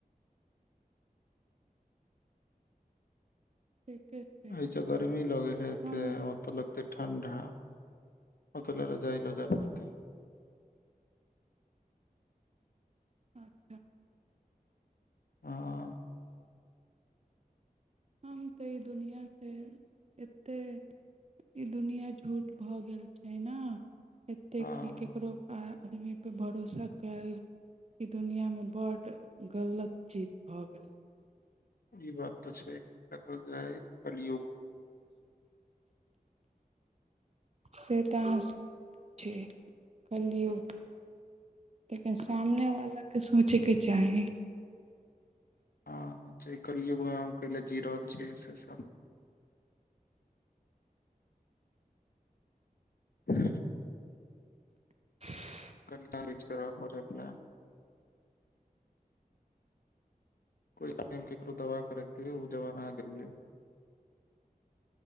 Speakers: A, on the right (about 45°); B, on the left (about 75°).
A: ठीके छै
B: अ जो गर्मी लगे है
A: हम
B: त ओ त ठण्डा पतल रह जाइ ल जाा पत
A: अच्छा
B: हँ
A: हम तऽ ई दुनिआँसँ एतेक ई दुनिआँ झूठ भऽ गेल छै ने एते
B: हँ
A: कि केकरो आदमीपर भरोसा कयल ई दुनिआँमे बड गलत चीज भऽ गेलै
B: ई बात तऽ छैल जाय कलियुग
A: से तऽ छै चलियौ लेकिन सामनेवलाके सोचयके चाही
B: हँ च कहलियै घ क ल जी रहल छियैऐ सेे सभ ह
A: <unintelligible>
B: क चलेज कर पड़ै अपना कोइ ककरो दबा करैके ओ जबाना गेलै